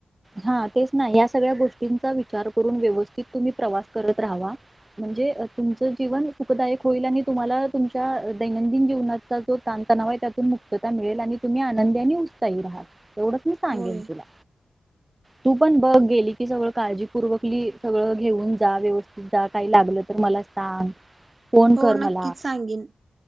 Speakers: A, on the right (about 25°); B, on the right (about 45°).
A: हा तेच नाही या सगळ्या गोष्टींचा विचार करून व्यवस्थित तुम्ही प्रवास करत राहावा म्हणजे तुमचं जीवन सुखदायक होईल आणि तुम्हाला तुमच्या दैनंदिन जीवनाचा जो ताणतणाव आहे त्यातून मुक्तता मिळेल आणि तुम्ही आनंदीने उत्साही राहाल. तेवढंच मी सांगेन
B: होय
A: तुला. तू पण बघ गेली की सगळ काळजीपूर्वक सगळं घेऊन जा व्यवस्थित जा काही लागलं तर मला सांग फोन
B: हो
A: कर
B: नक्कीच
A: मला
B: सांगीन.